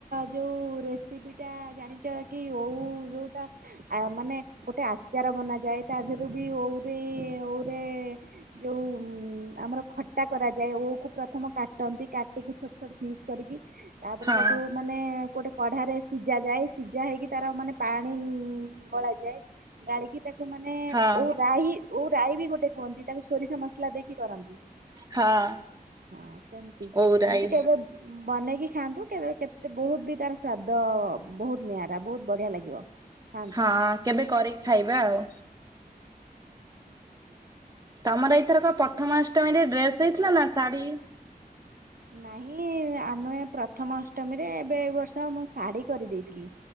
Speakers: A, on the right; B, on the right.
A: ଯୋଉ ରେସିପିଟା ଜାଣିଛ କି ଓଉ ଯୋଉଟା ଆ ମାନେ ଗୋଟେ ଆଚାର ବନାଯାଏ ତା ଦେହରେ ଓଉରେ ଓଉରେ ଯୋଉ ଆମର ଖଟା କରାଯାଏ ଓଉକୁୁ ପ୍ରଥମ କାଟନ୍ତି କାଟିକି ଛୋଟ ଛୋଟ ପିସ୍ କରିକି ତାପରେ
B: ହଁ
A: ତାକୁ ମାନେ ଗୋଟେ କଢାରେ ସିଝା ଯାଏ ସିଝା ହେଇକି ତାର ମାନେ ପାଣି ଗଳାଯାଏ। ଗାଳକି ତା କୁ ମାନେ
B: ହଁ
A: ଓଉ ରାଇ ଓଉ ରାଇ ବି ଗୋଟେ କୁହନ୍ତି ତାକୁ ସୋରିଷ ମସଲା ଦେଇକି କରନ୍ତି।
B: ହଁ
A: ହଁ ସେମିତି
B: ଓଉରାଇ।
A: ସେମିତି କେବେ ଉ ବନେଇକି ଖାଆନ୍ତୁ କେତେ ବହୁତ ବି ତାର ସ୍ଵାଦ ବହୁତ ନିଆରା ବହୁତ ବଢିଆ ଲାଗିବ। ହଁ।
B: ହଁ କେବେ କରିକି ଖାଇବା ଆଉ
A: <inaudible>
B: ତମର ଏଇଥରକ ପ୍ରଥମାଷ୍ଟମୀରେ ଡ୍ରେସ ହେଇଥିଲା ନା ଶାଢ଼ୀ?
A: ନାହିଁ ଆମେ ପ୍ରଥମ ଅଷ୍ଟମୀରେ ଏବେ ଏଇ ବର୍ଷ ଆମ ଶାଢୀ କରିଦେଇଥିଲି